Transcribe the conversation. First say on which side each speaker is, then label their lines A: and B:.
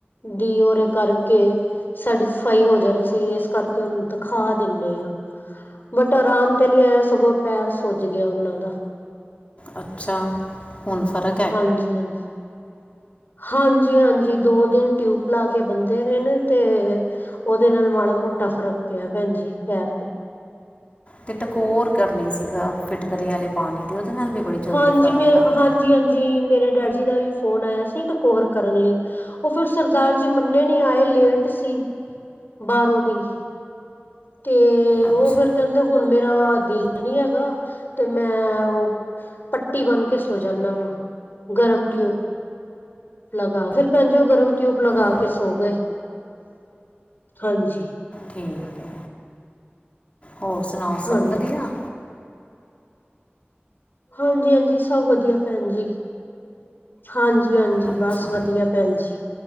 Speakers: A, on the left; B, on the left.
A: ਦੀ ਔਰੇ ਕਰਕੇ। ਸੈਟਿਸਫਾਈ ਹੋ ਜਾਣਾ ਸੀ, ਇਸ ਕਰਕੇ ਉਹਨੂੰ ਦਿਖਾ ਦਿੰਦੇ ਹਾਂ। ਬਟ ਆਰਾਮ ਤੇ ਨੀ ਆਇਆ ਸਗੋਂ ਪੈਰ ਸੁੱਜ ਗਿਆ ਉਹਨਾਂ ਦਾ
B: ਅੱਛਾ ਹੁਣ ਫਰਕ
A: ਹਾਂਜੀ ਹਾਂਜੀ ਹਾਂਜੀ ਜੀ ਹਾਂਜੀ ਦੋ ਦਿਨ ਟਿਊਬ ਲਾ ਕੇ ਬੰਦੇ ਰਹੇ ਨੇ ਤੇ ਉਹਦੇ ਨਾਲ ਮਾੜਾ ਮੋਟਾ ਫ਼ਰਕ ਪਿਆ ਭੈਣ ਜਜੀ ਪੈਰ ਤੇ
B: ਤੇ ਟਕੋਰ ਕਰਨੀ ਸੀਗਾ ਫਿਟਕਰੀ ਵਾਲੇ ਪਾਣੀ ਦੀ ਉਹਦੇ ਨਾਲ ਵੀ ਬੜੀ ਜਲਦੀ
A: ਹਾਂਜੀ
B: ਫ਼ਰਕ
A: ਮੇ
B: ਪੈਂਦਾ
A: ਹਾਂਜੀ ਹਾਂਜੀ ਮੇਰੇ ਡੈਡੀ ਜ ਦਾ ਵੀ ਫੋਨ ਆਇਆ ਸੀ ਟਕੋਰ ਕਰਨ ਲਈ ਉਹ ਫਿਰ ਸਰਦਾਰ ਜੀ ਮੰਨੇ ਨਹੀਂੀ ਆਏ ਲੇਟ ਸੀ ਬਾਰੋਂ ਦੀ ਤੇ
B: ਅੱਛਾ
A: ਉਹ ਫੇਿਰ ਕਹਿੰਦੇ ਹੁਣ ਮੇਰਾ ਦਿਲ ਨੀ ਹੈਗਾ ਤੇ ਮੈਂ ਉਹ ਪੱਟੀ ਬਣ ਕੇ ਸੋ ਜਾਂਦਾ ਵਾਂ ਗਰਮ ਟਿਊਬ ਲਗਾ ਫਿਰ ਭੈ ਜ ਉਹ ਗਰਮ ਟਿਊਬ ਲਗਾ
B: ਅ
A: ਕੇ ਸੋ ਗਏ ਹਾਂਜੀ
B: ਠੀਕ ਹੈ ਹੋਰ ਸੁਣਾਓ
A: ਹਾਂਜੀ
B: ਸਭ ਵਧੀਆ
A: ਹਾਂਜੀ ਹਾਂਜੀ ਸਭ ਵਧੀਆ ਭੈਣ ਜੀ ਹਾਂਜੀ ਹਾਂਜੀ
B: ਅੱਛਾ
A: ਬਸ ਵਧੀਆ ਭੈਣਜੀ